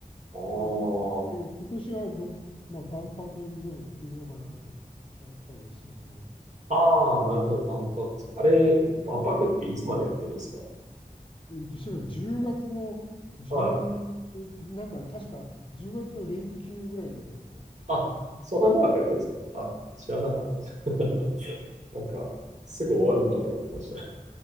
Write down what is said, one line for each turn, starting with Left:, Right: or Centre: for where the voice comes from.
Right: ああ。
Left: で、ぶで今年はど、まあ、万博にでも行ってみようかなと思ったりはしますね。
Right: ああ、なるほど。万博ですか。あれ、万博っていつまでやってるんですか
Left: えっと、それは10月の10、
Right: はい。
Left: なんか確か10月の連休ぐらいまでやってますね。
Right: あ、そんな長くやってるんですかあ、知らなかったです。<laughs> なんか、すぐ終わるのかと思ってました。